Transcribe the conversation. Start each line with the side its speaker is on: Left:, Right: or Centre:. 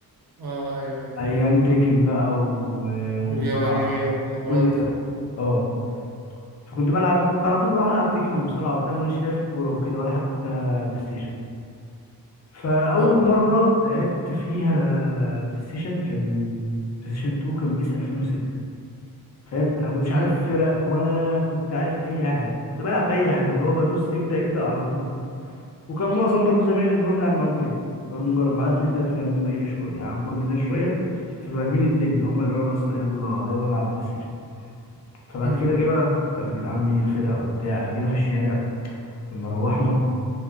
Right: آه أيوه أيوه
Left: ايام تيكن بقى و... ومصارعه
Right: واليابانية والحوارات
Left: كل ده
Right: دي
Left: اه فكنت بلعب كنت على طول بروح العب تيكن ومصارعه وبتاع ما كانش ليا في الكوره وكده ولا حتى بلاي ستيشن فاول
Right: آه
Left: مره لعبت فيها بلاي ستيشن كان بلاي ستيشن 2 كان بيس 2006 فاهم انا كنتش عارف
Right: مم.
Left: فرق ولا كنت عارف اي حاجه كنت بلعب باي حاجه اللي هو بدوس ابدا ابدا على طول كده وكان معظم برضو زمايلي اللي بروح العب معاهم كده كنا بنجرب معايا اتنين تلاته كانوا هم ايه شويه يعني اكبر مننا شويه ففاهمين الدنيا هم اللي هو اصلا يلا يلا نلعب بلاي ستيشن فبعد
Right: مم.
Left: كده جه بقى طب يا جدعان مين الفرق وبتاع فجينا في الشارع لما روحنا